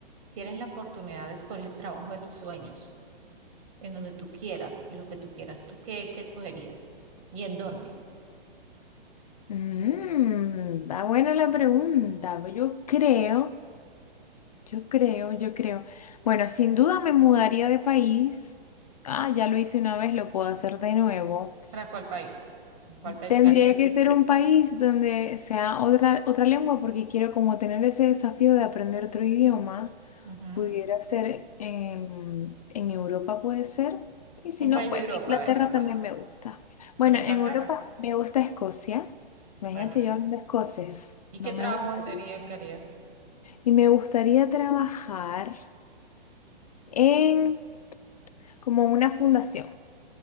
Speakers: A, on the right; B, on the left.
A: tienes la oportunidad de escoger el trabajo de tus sueños, en donde tú quieras y lo que tú quieras, ¿tú qué, qué escogerías? ¿Y en dónde?
B: Mm, está buena la pregunta. Yo creo. Yo creo, yo creo. Bueno, sin duda me mudaría de país. Ah, ya lo hice una vez, lo puedo hacer de nuevo.
A: ¿Para cuál país? ¿En cuál país
B: Tendría
A: crees que sea?
B: que ser un país donde sea otra, otra lengua porque quiero como tener ese desafío de aprender otro idioma.
A: Ujú.
B: Pudiera ser en, en Europa, puede ser. Y si
A: Un
B: no,
A: país
B: bueno,
A: de Europa,
B: Inglaterra
A: a ver, ¿en cuál?
B: también me gusta. Bueno,
A: ¿En Inglaterra?
B: en Europa me gusta Escocia. Imagínate
A: Bueno, es-
B: yo hablando escocés.
A: ¿y
B: No
A: qué trabajo
B: me aguantaría.
A: sería el que harías?
B: Y me gustaría trabajar en Como una fundación,